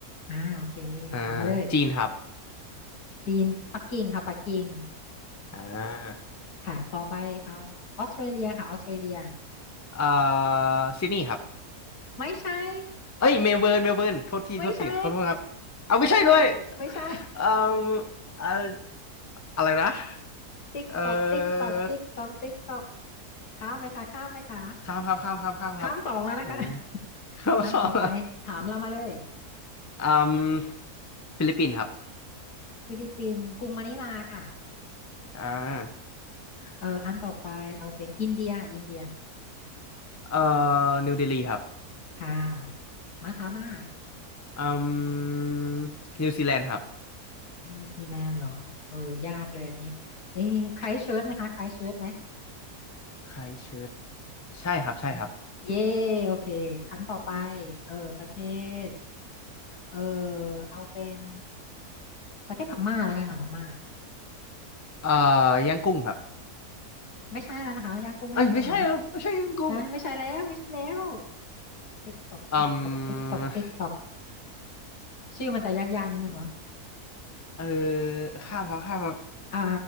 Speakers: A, on the left; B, on the left.
A: อ่าโอเคถามมาเลย
B: อ่าจีนครับ
A: จีนปักกิ่งค่ะปักกิ่ง
B: อ่า
A: ค่ะต่อไปเอาออสเตรเลียค่ะออสเตรเลีย
B: เอ่อซิดนีย์ครับ
A: ไม่ใช่
B: เอ้ยเมลเบิร์นเมลเบิร์นโทษทีโทษทีขอโทษครับเอาไม่ใช่ด้วย
A: ไม่ใช่ไม่ใช่ไม่ใช่
B: เอ่อเอ่ออะไรนะ
A: ติ๊กตอกติ๊กตอกติ๊กตอกติ๊กตอก
B: เอ่อ
A: ข้ามไหมคะข้ามไหมคะ
B: ข้ามครับข้ามครับข้ามครับโอ้
A: ข้ามสองแล้วนะคะ
B: ข้ามส
A: อันต่อไปถามเรามาเลย
B: <laughs> องอะอืมฟิลิปปินส์ครับ
A: ฟิลิปปินส์กรุงมะนิลาค่ะ
B: อ่า
A: เอออันต่อไปเอาเป็นอินเดียค่ะอินเดีย
B: เอ่อนิวเดลีครับ
A: ค่ะมาทามมา
B: อืมนิวซีแลนด์ครับ
A: นิวซีแลนด์เหรอเออยากเลยอันนี้เอ๊ะไครสต์เชิร์ชไหมคะไครสต์เชิร์ชไหม
B: ไครสต์เชิร์ชใช่ครับใช่ครับ
A: เย่โอเคครั้งต่อไปเออประเทศเออเอาเป็นประเทศพม่าแล้วกันค่ะพม่า
B: เอ่อย่างกุ้งครับ
A: ไม่ใช่แล้วนะคะย่างกุ้งไม่ใช่แล้วนะ
B: เอ้ยไม่ใช่เหรอไม่ใช่ย่างกุ้ง
A: ใช่ไม่ใช่แล้วไม่ใช่แล้วติ๊กตอกติ๊กตอกติ๊กตอกติ๊กตอก
B: อืม
A: ชื่อมันจะยากๆนิดนึงเหรอ
B: เออข้ามครับข้ามครับ
A: อ่า